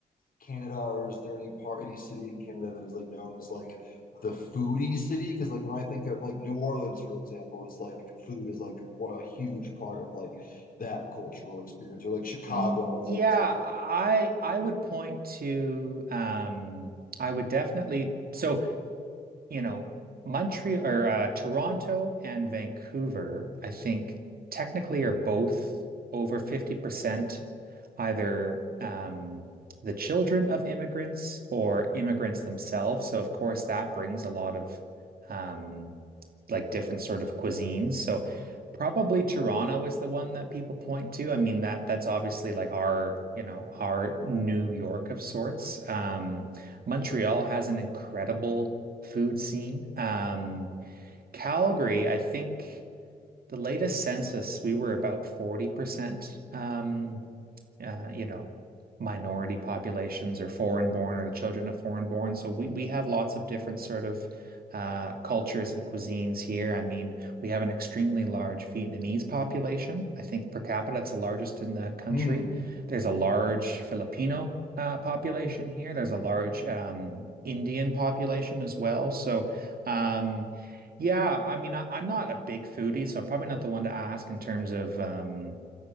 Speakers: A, on the left; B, on the right.
A: Canada, or is there any part, any city in Canada that is like known as like the foodie city? Because like when I think of like New Orleans, for example, is like food is like what a huge part of like that cultural experience, or like Chicago
B: Y-
A: has
B: Yeah,
A: like its own.
B: I I would point to um I would definitely so you know, Montreal or uh, Toronto and Vancouver, I think technically are both over 50% either um, the children of immigrants or immigrants themselves. So, of course, that brings a lot of um, like different sort of cuisines. So, probably Toronto is the one that people point to. I mean that that's obviously like our, you know, our New York of sorts. Um, Montreal has an incredible food scene. Um, Calgary, I think the latest census we were about 40% um, uh, you know, minority populations or foreign born or the children of foreign born. So we, we have lots of different sort of uh, cultures and cuisines here. I mean, we have an extremely large Vietnamese population. I think per capita, it's the largest in the country.
A: Mm,
B: There's a large Filipino uh, population here. There's a large um, Indian population as well. So, um, yeah, I mean, I, I'm not a big foodie, so I'm probably not the one to ask in terms of, um,